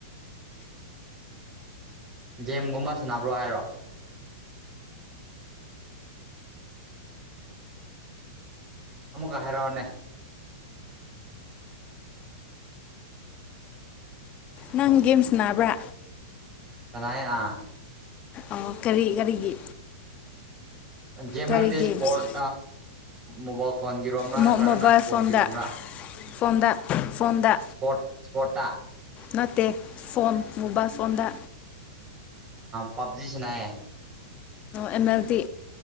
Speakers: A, on the right (about 30°); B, on the left (about 30°).
A: ꯒꯦꯝꯒꯨꯝꯕ ꯁꯥꯟꯅꯕ꯭ꯔꯣ ꯍꯥꯏꯔꯣ ꯑꯃꯨꯛꯀ ꯍꯥꯏꯔꯥꯛꯑꯣꯅꯦ
B: ꯅꯪ ꯒꯦꯝ ꯁꯅꯥꯕ꯭ꯔꯥ
A: ꯁꯅꯩꯑ
B: ꯑꯣ ꯀꯔꯤ ꯀꯔꯤꯒꯤ
A: ꯒꯦꯝ
B: ꯀꯔꯤ
A: ꯍꯥꯏꯕꯗꯤ
B: ꯒꯦꯝꯁ
A: ꯏꯁꯄꯣꯔꯠ ꯃꯣꯕꯥꯏꯜ ꯐꯣꯟꯒꯤꯔꯣꯝꯕ꯭ꯔꯥ
B: ꯃꯣꯕꯥꯏꯜ
A: ꯅꯠꯇ꯭ꯔꯒꯅ ꯏꯁꯄꯣꯔꯠꯀꯤꯔꯣꯝꯕ꯭ꯔꯥ
B: ꯐꯣꯟꯗ
A: <inaudible>
B: ꯐꯣꯟꯗ ꯐꯣꯟꯗ
A: ꯄꯣ <inaudible> ꯁꯄꯣꯇꯥ
B: ꯅꯠꯇꯦ ꯐꯣꯟ ꯃꯣꯕꯥꯏꯜ ꯐꯣꯟꯗ
A: ꯄꯞꯖꯤꯁꯤꯅꯥꯌꯦ
B: ꯑꯦꯝ ꯑꯦꯜ ꯗꯤ